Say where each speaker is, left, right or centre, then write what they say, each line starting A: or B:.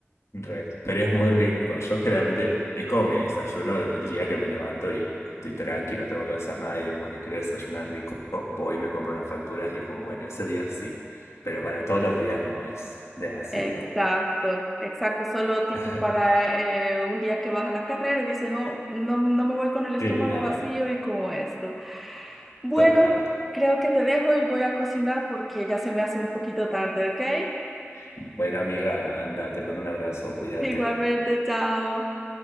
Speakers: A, on the left (about 85°); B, in the centre.
A: Re. Pero es muy rico. Yo generalmente es como mi desayuno del día que me levanto y estoy tranqui, no tengo que hacer nada y digo, bueno, quiero desayunar rico, voy y me compro unas facturas y es como, bueno, ese día sí. Pero para todos los días no es demasiado.
B: Exacto, exacto, solo tipo
A: <laughs>
B: para eh, un día que vas a la carrera y dices, oh, no, no me voy con el estómago
A: Claro,
B: vacío y como esto. Bueno,
A: total.
B: creo que te dejo y voy a cocinar porque ya se me hace un poquito tarde, ¿ok?
A: Buena amiga, anda, te mando un abrazo, cuídate.
B: <laughs> Igualmente, chao.